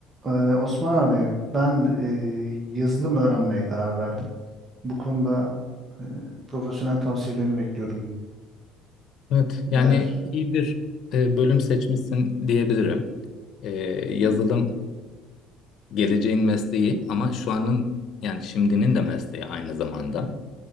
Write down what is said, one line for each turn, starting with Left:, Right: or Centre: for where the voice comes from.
Right: Ee, Osman abi ben e, yazılım öğrenmeye karar verdim. Bu konuda e, profesyonel tavsiyelerini bekliyorum.
Left: Evet, yani
Right: Neler?
Left: iyi bir e, bölüm seçmişsin diyebilirim. E, yazılım geleceğin mesleği ama şu anın yani şimdinin de mesleği aynı zamanda.